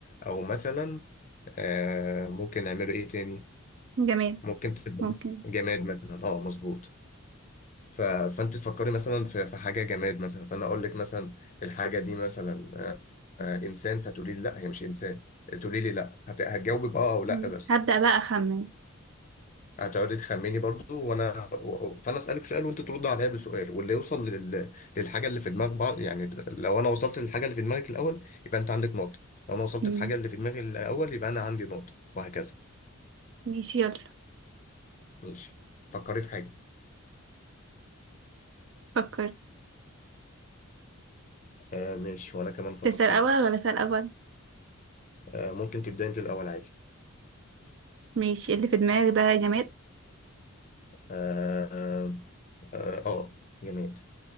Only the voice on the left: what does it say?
او مثلا آه، ممكن نعمله ايه تاني
ممكن تبقى
مثلاً جماد مثلا اه مظبوط ف... فانت تفكري مثلا في... في حاجه جماد مثلا فانا اقول لك مثلا الحاجه دي مثلا آه، آه، انسان فتقولي لي لا هي مش انسان تقولي لي لا هت... هتجاوبي باه او لا
بس
هتقعدي تخمني برضو وانا و- فانا اسالك سؤال وانت ترد عليا بسؤال واللي يوصل لل... للحاجه اللي في دماغ بعض يعني لو انا وصلت للحاجه اللي في دماغك الاول يبقى انت عندك نقطه لو انا وصلت
في حاجه اللي في دماغي الاول يبقى انا عندي نقطه وهكذا
ماشي فكري في حاجه
آه ماشي وانا كمان فكرت
آه ممكن تبداي انت الاول عادي
آه اه آه، جماد